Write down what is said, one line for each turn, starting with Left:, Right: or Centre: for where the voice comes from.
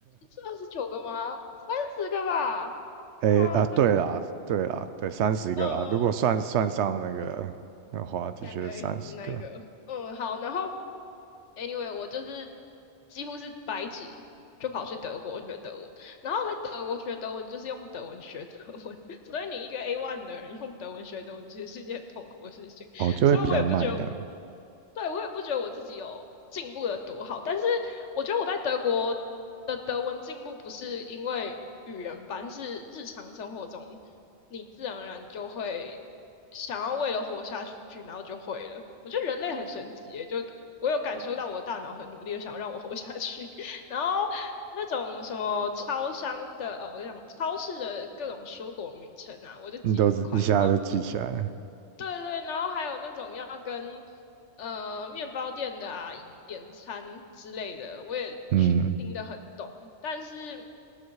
Left: 是二十九个吗？三十个吧？
Right: <laughs> 诶啊，
Left: 是吗？三十个？
Right: 对啦，对啦，对，三十个啦，
Left: 嗯、呃
Right: 如果算算上那个的话，的确是三十个。
Left: 两个 A 组那一个。嗯，好，然后 Anyway，我就是几乎是白纸就跑去德国学德文，然后在德国学德文就是用德文学德文，<laughs> 所以你一个 a one 的人用德文学德文，其实是一件很痛苦的事情。
Right: 哦，就会比较慢的，
Left: 所以我也不觉得我，对，我也不觉得我自己有进步的多好。但是我觉得我在德国的德文进步不是因为语言班，是日常生活中你自然而然就会想要为了活下去，然后就会了。我觉得人类很神奇耶，就我有感受到我的大脑很努力的想要让我活下去，<laughs> 然后。那种什么超商的，呃，我就讲超市的各种蔬果名称啊，我就记很快，
Right: 你都是一下就记起来了
Left: 然后对对，然后还有那种要跟呃面包店的阿姨点餐之类的，我也
Right: 嗯，
Left: 听得很懂。但是